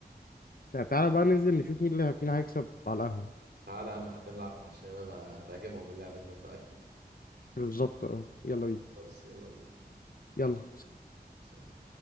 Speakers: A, on the left; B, on the right.
A: تع- تعالى بقى ننزل نشوف مين اللي مين هيكسب على القهوه
B: تعالى يا عم حتى نلعب مع الشباب هتعجبهم اللعبة دي انا متأكد
A: بالظبط اه يلا بينا
B: خلاص يلا بينا
A: يلا
B: سلام